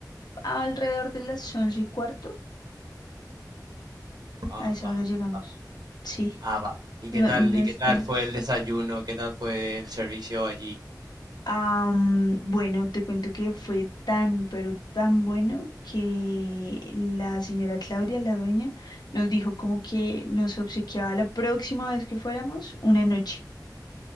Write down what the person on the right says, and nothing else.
Ah,
va,
va.
Ah, va. ¿Y
qué tal,
y
qué tal
fue el desayuno? ¿Qué tal fue el servicio allí?